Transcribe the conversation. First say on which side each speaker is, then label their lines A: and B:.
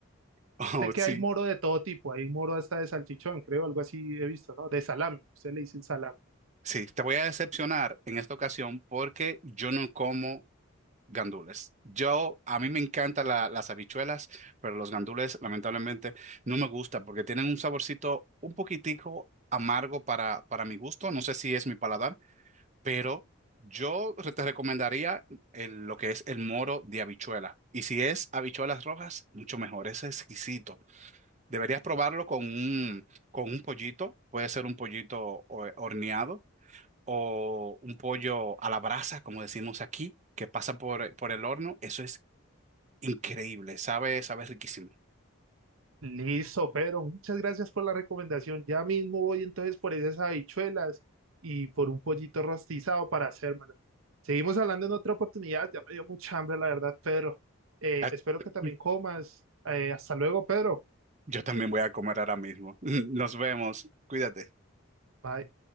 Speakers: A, on the right; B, on the right.
A: <laughs> oh,
B: Sé que
A: sí,
B: hay moro de todo tipo, hay moro hasta de salchichón, creo, algo así he visto, ¿no? De salami, usted le dice salami.
A: sí, te voy a decepcionar en esta ocasión porque yo no como gandules. Yo, a mí me encantan la- las habichuelas, pero los gandules lamentablemente no me gustan porque tienen un saborcito un poquitico amargo para, para mi gusto, no sé si es mi paladar. pero yo re- te recomendaría el- lo que es el moro de habichuela. Y si es habichuelas rojas, mucho mejor, es exquisito. Deberías probarlo con un, con un pollito, puede ser un pollito ho- horneado o un pollo a la brasa, como decimos aquí, que pasa por, por el horno. Eso es increíble, sabe, sabe riquísimo.
B: Listo, Pedro, muchas gracias por la recomendación. Ya mismo voy entonces por esas habichuelas y por un pollito rostizado para hacérmelo. Seguimos hablando en otra oportunidad, ya me dio mucha hambre, la verdad, Pedro. Eh,
A: Ah,
B: espero
A: <laughs>
B: que también comas. Eh, hasta luego, Pedro.
A: Yo también voy a comer ahora mismo. <laughs> Nos vemos, cuídate.
B: Bye.